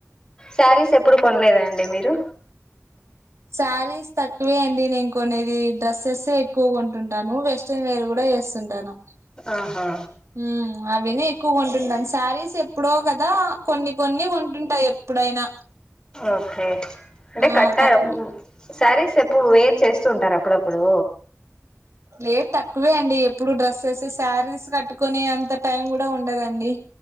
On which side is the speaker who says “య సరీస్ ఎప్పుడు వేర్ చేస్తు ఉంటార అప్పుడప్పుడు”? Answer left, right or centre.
Left